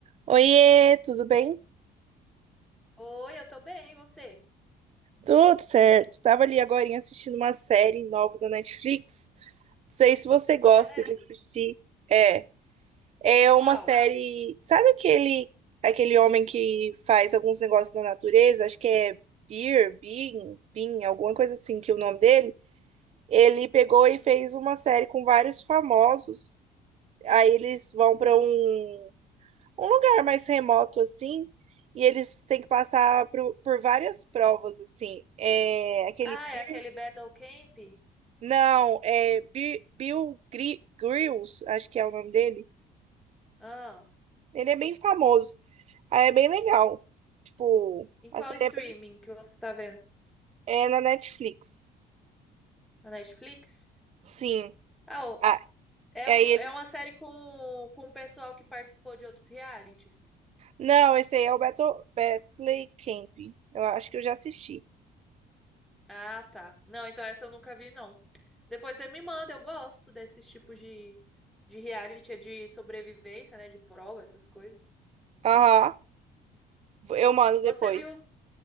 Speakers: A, on the right; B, in the centre.
A: Oiê, tudo bem?
B: Oi, eu tô bem, e você?
A: Tudo certo. Tava ali agorinha assistindo uma série nova da Netflix. Não sei se você
B: Sério?
A: gosta de assistir. É, é
B: Qual?
A: uma série. Sabe aquele aquele homem que faz alguns negócios na natureza? Acho que é Beer, Bean, Bean, alguma coisa assim que é o nome dele. Ele pegou e
B: Hum.
A: fez uma série com vários famosos. Aí eles vão para um um lugar mais remoto assim, e eles têm que passar por, por várias provas assim. É aquele
B: Ah, é
A: Bir-
B: aquele Battle Camp?
A: não, é Bir- Bill Gri- Grills, acho que é o nome dele.
B: Ah,
A: Ele é bem famoso. Aí é bem legal. Tipo,
B: em
A: a
B: qual
A: série
B: streaming
A: é bem
B: que você tá vendo?
A: é na Netflix.
B: Na Netflix?
A: Sim.
B: Ah, o-
A: Ah,
B: é,
A: aí
B: um-
A: ele
B: é uma série com, com o pessoal que participou de outros realities.
A: Não, esse aí é o Battle Battle Camp. Eu acho que eu já assisti.
B: Ah, tá. Não, então essa eu nunca vi, não. Depois você me manda, eu gosto desses tipos de, de reality, é de sobrevivência, né? De prova, essas coisas.
A: Aham. Eu mando
B: Você
A: depois.
B: viu